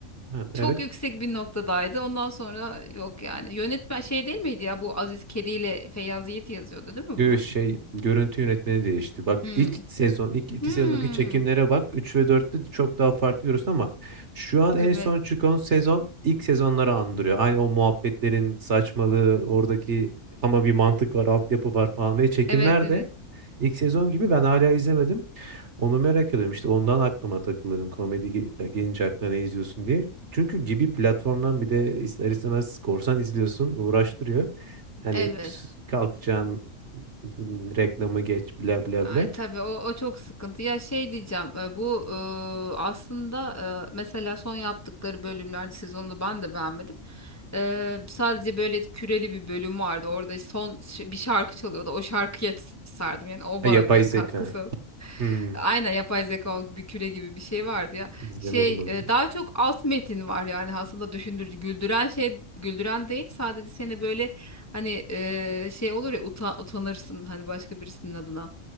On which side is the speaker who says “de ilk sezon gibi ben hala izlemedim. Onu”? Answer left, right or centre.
Right